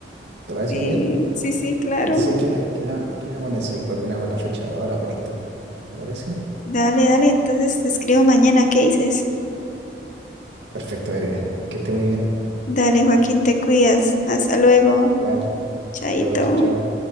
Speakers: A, on the right; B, on the left.
A: ¿Te parece
B: Sí,
A: muy bien?
B: sí, sí, claro.
A: Entonces queda, queda- quedamos en eso y coordinamos la fecha ahora por internet. ¿Te parece?
B: Dale, dale, entonces te escribo mañana, ¿qué dices?
A: Perfecto, Karina. Que esté muy bien.
B: Dale, Joaquín, te cuidas. Hasta luego.
A: Igual,
B: Chaito.
A: hasta luego, chao, chao.